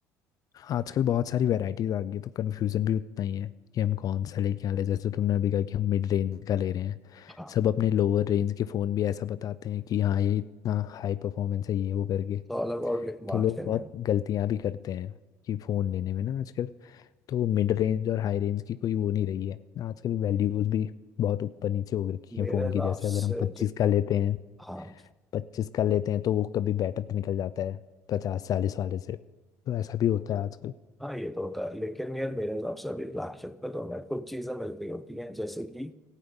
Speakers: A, on the left; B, in the centre.
A: आजकल बहुत सारी वैरायटीज आ गई है तो कंफ्यूजन भी उतना ही है कि हम कौन सा लेके आ ले जैसे तुमने अभी कहा कि हम मिड रेंज का ले रहे हैं
B: हाँ
A: सब अपने लोअर रेंज के फ़ोन भी ऐसा बताते हैं कि हाँ ये इतना हाई परफॉर्मेंस है ये वो करके
B: तो all about like
A: तो
B: marketing
A: लोग बहुत
B: and
A: गलतियाँ भी करते हैं कि फ़ोन लेने में ना आजकल तो मिड रेंज और हाई रेंज की कोई वो नहीं रही है आजकल वैल्यूज भी बहुत ऊपर नीचे हो रखी
B: मेरे
A: है फ़ोन
B: हिसाब
A: की जैसे
B: से
A: अगर हम पच्चीस
B: जो
A: का लेते हैं
B: हाँ
A: पच्चीस का लेते हैं तो वो कभी बेटर निकल जाता है पचास चालीस वाले से तो ऐसा भी होता है आजकल
B: हाँ ये तो होता है लेकिन यार मेरे हिसाब से अभी फ्लैगशिप पे तो ना कुछ चीजें मिल रही होती हैं जैसे कि